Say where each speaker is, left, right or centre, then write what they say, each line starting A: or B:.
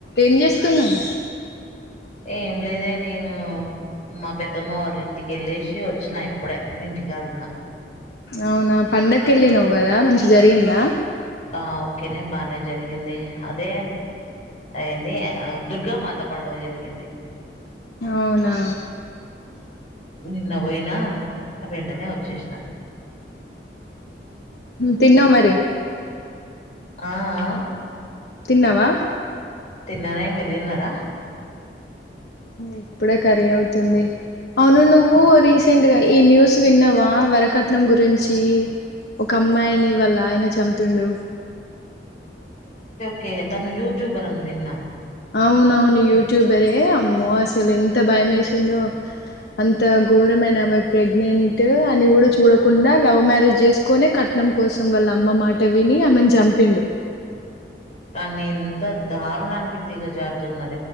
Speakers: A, on the left (about 65°); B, on the left (about 40°).
A: ఏం చేస్తున్నాం
B: ఏం లేదే నేను మా పెద్దమ్మ వాళ్ళ ఇంటికి వెళ్ళేసి వచ్చినా ఇప్పుడే ఇంటికాడున్నా
A: అవునా పండకెళ్ళినావు కదా మంచి జరిగిందా
B: ఆ ఓకేనే బానే జరిగింది అదే అయింది దుర్గామాత పండుగ జరిగింది
A: అవునా
B: నిన్న పోయినా వెంటనే వచ్చేసిన
A: తిన్నావా మరి
B: ఆ ఆ
A: తిన్నావా
B: తిన్నానే మీరు తిన్నారా
A: ఇప్పుడే కర్రి అవుతుంది అవును నువ్వు రీసెంట్గా ఈ న్యూస్ విన్నావా వరకట్నం గురించి ఒక అమ్మాయిని వాళ్ళ ఆయన చంపిండు
B: కే తన యట్యూబరూ అని విన్నా
A: అవునవును యూట్యూబరే అమ్మో అసలు ఎంత భయ వేసిందో అంత ఘోరమైన ఆమె ప్రెగ్నెంట్ అని కూడా చూడకుండా లవ్ మ్యారేజ్ చేసుకొని కట్నం కోసం వాళ్ళ అమ్మ మాట విని ఆమెను చంపిండు
B: కానీ ఇంత దారుణానికి దిగజారుతున్నారు